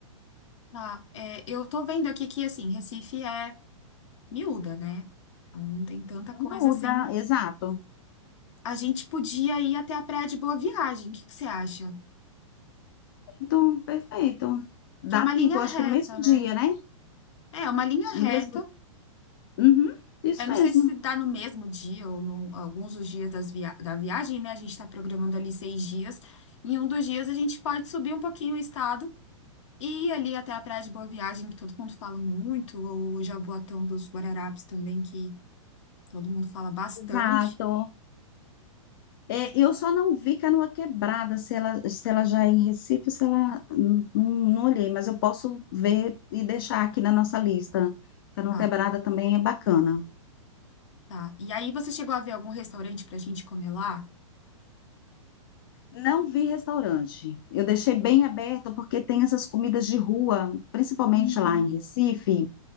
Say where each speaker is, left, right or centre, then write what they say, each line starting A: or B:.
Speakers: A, on the left; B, on the left.
A: Tá, é, eu tô vendo aqui que, assim, Recife é miúda, né? Então, Não tem tanta coisa
B: Não,
A: assim.
B: dá, exato.
A: A gente podia ir até a Praia de Boa Viagem, o que que você acha?
B: Perfeito, perfeito. Dá
A: Que é uma
B: tempo,
A: linha
B: eu acho
A: reta,
B: que no mesmo
A: né?
B: dia, né?
A: É, é uma linha
B: No
A: reta.
B: mesmo. Uhum, isso
A: Eu não
B: mesmo.
A: sei se dá no mesmo dia ou no, alguns dos dias das via- da viagem, né? A gente está programando ali seis dias. Em um dos dias a gente pode subir um pouquinho o estado e ir ali até a Praia de Boa Viagem, que todo mundo fala muito, ou o Jaboatão dos Guararapes também, que todo mundo fala bastante.
B: Exato. É, eu só não vi Canoa Quebrada, se ela, se ela já é em Recife, se ela. Não, não olhei, mas eu posso ver e deixar aqui na nossa lista. Canoa
A: Tá,
B: Quebrada também é bacana.
A: tá. E aí você chegou a ver algum restaurante para a gente comer lá?
B: Não vi restaurante. Eu deixei bem aberto porque tem essas comidas de rua, principalmente
A: Uhum.
B: lá em Recife.